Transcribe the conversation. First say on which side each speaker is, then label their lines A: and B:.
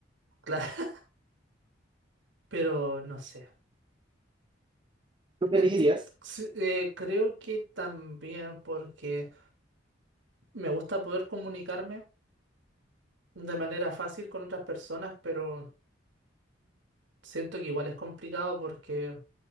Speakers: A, on the right; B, on the right.
A: Claro, <laughs> pero no sé.
B: ¿Tú qué
A: Enti-
B: elegirías?
A: sí, eh, creo que también porque me gusta poder comunicarme de manera fácil con otras personas, pero Siento que igual es complicado porque